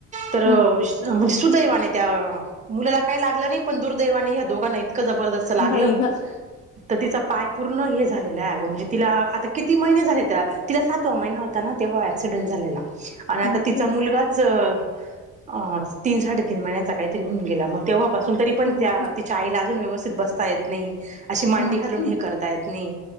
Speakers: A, on the right; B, on the left.
A: तर..
B: हम्म
A: सुदैवाने त्या मुलाला काय लागलं नाही. पण, दुर्दैवाने या्या दोघां नाहीत.. इत जबरदस्त लागलं
B: बाई ग
A: तर तिचा पाय पूर्ण हे झालेला आहे. म्हणजे तिला आता किती महिने झाले? तिला सातवा महिना होता ना तेव्हा ऍक्सिडेंट झाला. आणि आता
B: बापरे
A: तिचा मुलगाच.. अ तीन साडेतीीन महिन्याचा काहीतरी होऊन गेला. मग तेव्हापास.. ून तरी पण
B: बापरे
A: त्या तिच्या आईला अजून व्यवस्थित बसता येत नाही. अशी मांडी
B: बापरे
A: घालून हे करता येत नाही.